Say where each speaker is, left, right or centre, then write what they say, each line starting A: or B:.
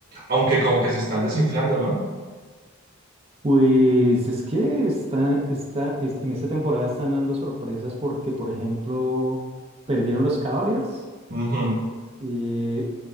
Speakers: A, on the right (about 45°); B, on the right (about 30°).
A: Aunque como que se están desinflando, ¿no?
B: Pues es que está, está, es- en esta temporada están dando sorpresas porque, por ejemplo, perdieron los Cavaliers,
A: Ujú.
B: eh,